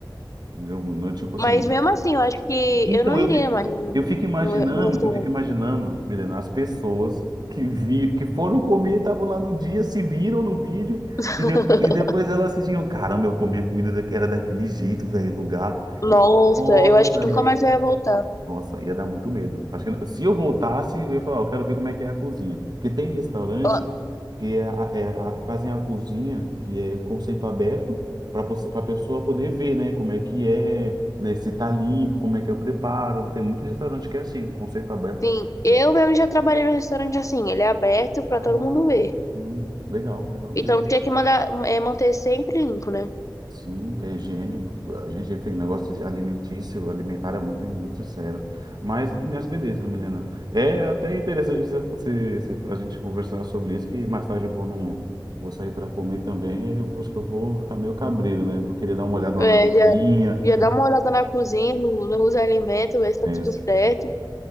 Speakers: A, on the right; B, on the left.
A: Não, não, tipo assim.
B: Mas mesmo assim, eu acho que
A: Então,
B: eu não
A: eu,
B: iria
A: fi-
B: mais no,
A: eu fico imaginando,
B: no, no restaurante.
A: eu fico imaginando, Milena, as pessoas que vi, que foram comer, estavam lá no dia, se viram no vídeo,
B: <laughs>
A: e, de- e depois elas assistiram. Caramba, eu comi a comida da- era daquele jeito, velho, lugar.
B: Nossa,
A: Eu, fico, nossa,
B: eu acho que nunca mais eu ia voltar.
A: nossa, ia dar muito medo. Acho que se eu voltasse, eu ia falar, eu quero ver como é que é a cozinha. Porque tem restaurante
B: Ó,
A: que é, a- é a- fazem a cozinha que é conceito aberto para você, para pessoa poder ver, né, como é que é, né, se tá limpo, como é que é o preparo. Tem muito restaurante que é assim, conceito aberto por
B: Sim,
A: conta disso.
B: eu mesmo já trabalhei no restaurante assim, ele é aberto pra
A: Ah,
B: todo mundo ver.
A: sim, legal, legal mesmo.
B: Então tinha que mandar, é, manter sempre limpo, né?
A: Sim, que a higiene, a gente tem um negócio de alimentício, alimentar é muito, muito sério. Mas, mas beleza, Milena. É até interessante você, você- você- a gente conversar sobre isso, que mais tarde eu vou num, vou sair para comer também, aí eu vou- acho que eu vou ficar meio cabreiro, né? Vou querer dar uma olhada lá
B: É,
A: na cozinha.
B: já, já dá uma olhada na cozinha, no- nos alimentos, ver se tá
A: É,
B: tudo
A: isso.
B: certo.